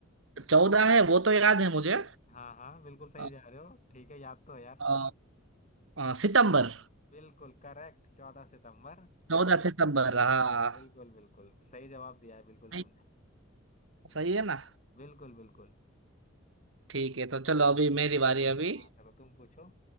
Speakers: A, on the right (about 65°); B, on the left (about 35°).
A: चौदह है वो तो याद है मुझे
B: हाँ हाँ बिल्कुल सही
A: अ,
B: जा रहे हो ठीक है याद तो है यार
A: अ, अ, सितंबर
B: बिल्कुल करेक्ट चौदह सितंबर
A: चौदह सितंबर हाँ
B: बिल्कुल बिल्कुल सही जवाब दिया है बिल्कुल
A: नहीं,
B: तुमने
A: सही है ना
B: बिल्कुल बिल्कुल
A: ठीक है तो चलो अभी मेरी बारी अभी
B: हाँ चलो तुम पूछो